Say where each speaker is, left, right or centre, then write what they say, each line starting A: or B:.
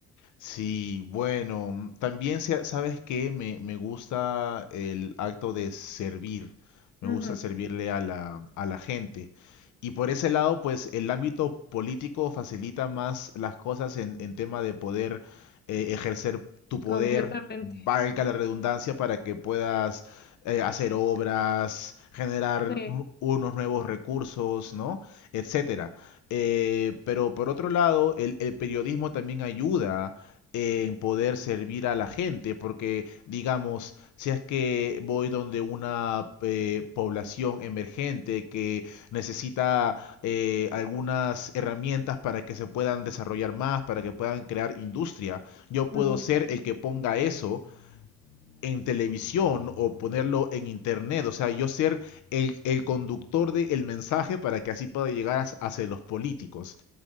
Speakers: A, on the left; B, on the left.
A: Sí, bueno, mm, también sea- sabes que me, me gusta el acto de servir, me
B: Ujú,
A: gusta servirle a la, a la gente. Y por ese lado, pues el ámbito político facilita más las cosas en, en tema de poder eh, ejercer tu poder,
B: completamente.
A: valga la redundancia, para que puedas eh, hacer obras, generar
B: Sí,
A: nu- unos nuevos recursos, ¿no? Etcétera. Eh, pero por otro lado, el el periodismo también ayuda en poder servir a la gente, porque digamos, si es que voy donde una eh, población emergente que necesita eh, algunas herramientas para que se puedan desarrollar más, para que puedan crear industria, yo
B: ujú,
A: puedo ser el que ponga eso en televisión o ponerlo en internet, o sea, yo ser el, el conductor del mensaje para que así pueda llegar as- hacia los políticos.